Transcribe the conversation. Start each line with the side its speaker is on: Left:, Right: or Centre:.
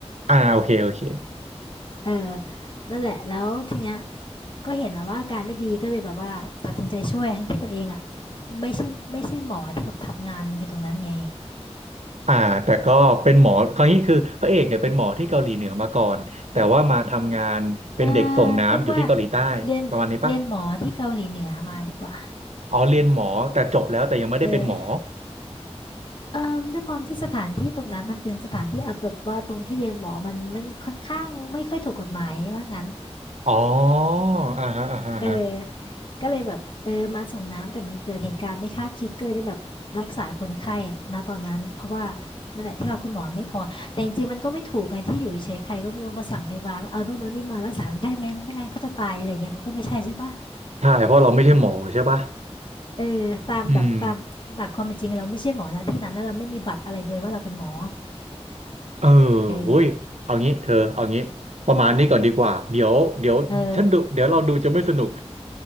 Right: อ่าโอเคโอเค
Left: เออนั่นแหละแล้วทีเนี้ยก็เห็นแล้วว่าอาการไม่ดีก็เลยแบบว่าตัดสินใจช่วยทั้งที่ตัวเองอ่ะไม่ใช่ไม่ใช่หมอที่แบบทำงานอยู่ตรงนั้นไง
Right: อ่าแต่ก็เป็นหมอคราวนี้คือพระเอกเนี่ยเป็นหมอที่เกาหลีเหนือมาก่อน แต่ว่ามาทำงานเป็นเด็กส่งน้ำอยู่ที่เกาหลีใต้ประมาณนี้ปะ
Left: อ่าเรียกว่าเรียนเรียนหมอที่เกาหลีเหนือมาดีกว่า
Right: อ๋อเรียนหมอแต่จบแล้วแต่ยังไม่ได้เป็นหมอ
Left: เออเอ่อด้วยความที่สถานที่ตรงนั้นมันเป็นสถานที่เอาแบบว่าตรงที่เรียนหมอมันมันค่อนข้างไม่ค่อยถูกกฎหมายว่างั้น
Right: อ๋ออ่าฮะอ่าฮะอ่าฮะ
Left: เออก็เลยแบบเออมาส่งน้ำแต่มันเกิดเหตุการณ์ไม่คาดคิดก็เลยได้แบบรักษาคนไข้ณตอนนั้นเพราะว่านั่นแหละที่ว่าคุณหมอไม่พอแต่จริงๆมันก็ไม่ถูกไงที่อยู่เฉยๆใครก็ไม่รู้มาสั่งพยาบาลว่าเอานู่นเอานี่มารักษาคนไข้ไม่งั้นไม่งั้นเขาจะตายอะไรเงี้ยมันก็ไม่ใช่ใช่ปะ
Right: ใช่เพราะเราไม่ใช่หมอใช่ปะ
Left: เออตามแบบตามหลักความเป็นจริงเราไม่ใช่หมอนะที่นั้นแล้วเราไม่มีบัตรอะไรเลยว่าเราเป็นหมอ
Right: อืม เออ
Left: เออ
Right: หุ้ยเอางี้ เธอเอางี้ ประมาณนี้ก่อนดีกว่า เดี๋ยวเดี๋ยวฉันดูเดี๋ยวเราดูจะไม่สนุก
Left: เออ